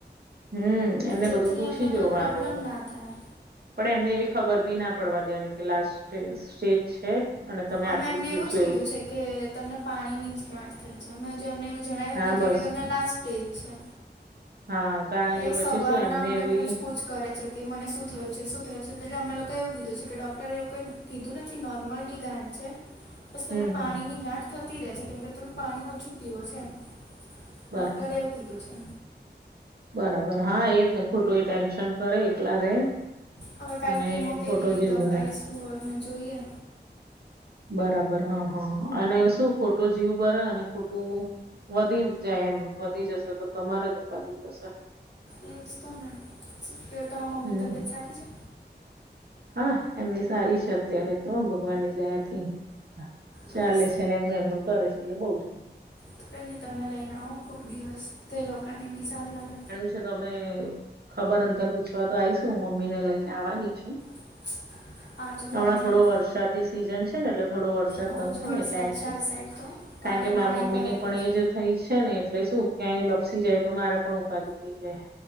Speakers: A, on the right (about 60°); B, on the left (about 75°).
A: હમ એમને
B: જેથી
A: બધું પૂછી
B: એમને કોઈ
A: જોવાનું
B: પ્રોબ્લેમ ના થાય
A: પણ એમને એવી ખબર બી ના પડવા દેવાની કે લાસ્ટ સ્ટેજ છે. અને તમે
B: અમે
A: આટલું
B: એમને
A: જીવશો
B: એવું જ કીધું છે, કે તમને પાણીની જ ગાંઠ થાય છે, અમે હજુ એમને એવું જણાવ્યું
A: હા
B: જ નથી
A: બસ
B: કે તમને લાસ્ટ સ્ટેજ છે.
A: હા. કારણ
B: એ
A: કે પછી
B: સવારના
A: શું એમને
B: અમને
A: એવી
B: પૂછ પૂછ કરે છે, કે મને શું થયું છે, શું થયું છે, એટલે અમે લોકો એવું છે, કે ડોક્ટરે એવું કઈ કીધું ન થી નોર્મલી ગાંઠ છે. બસ તમને
A: હમ હમ
B: પાણીની ગાંઠ થતી રહે છે, કેમ કે તમે પાણી ઓછું પીવો છે, એમ
A: બરાબર
B: ડૉક્ટરે એવું કીધું છે.
A: બરાબર હા એજ ખોટું એ ટેન્શન કરે એકલા રે
B: હવે કાલે
A: અને
B: કિમો કેવી
A: ખોટો
B: રીતે
A: જીવ
B: અપાઈશું
A: ભરે
B: હવે અમે જોઈએ.
A: બરાબર હ હ અને શું ખોટો જીવ કરે અને ખોટું વધી જાય એમ વધી જશે તો તમારે જ ઉપાધિ થશે.
B: એજ તો ને શુ કે તમારી મમ્મીની
A: હમ
B: તબિયત સારી છે.
A: હા એમની સારી છે, અત્યારે તો ભગવાનની દયા થી ચાલે
B: બસ
A: છે, ને એમનું એમનું કરે છે, એટલે બહું છે.
B: તો કંઈની તમે લઈને આવો કોઈક દિવસ તે લોકાને બી સારું લાગે
A: છો તમે ખબર અંતર પૂછવા તો આવીશું મમ્મી ને લઈને આવાની છું
B: <inaudible> પણ
A: હમણાં થોડો વરસાદની સિઝન છે, ને એટલે થોડો વરસાદ
B: બહુ
A: બંધ
B: જ
A: થાય
B: વરસાદ
A: ને એટલે આઈશું
B: છે આ સાઈડ તો પાણી
A: કારણ કે મારા
B: પાણી
A: મમ્મીની
B: ભરાઈ ગયું
A: પણ
B: છે
A: એ જ થઈ છે, ને એટલે શું ક્યાંય લપસી જાય તો મારે પણ ઉપાધિ થઈ જાય.